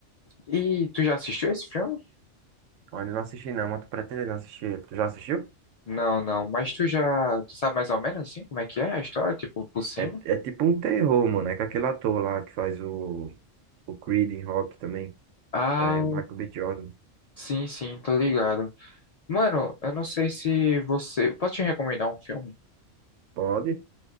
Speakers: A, on the left; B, on the right.
A: E tu já assistiu esse filme?
B: Olha, eu não assisti não, mas tô pretendendo assistir Tu já assistiu?
A: Não, não. Mas tu já, tu sabe mais ou menos assim como é que é a história, tipo, por cima?
B: É, é tipo um terror, mano. É com aquele ator lá que faz o, o Creed em Rock também.
A: Ah,
B: É o Michael B. Jordan.
A: sim, sim, tô ligado. Mano, eu não sei se você, posso te recomendar um filme?
B: Pode?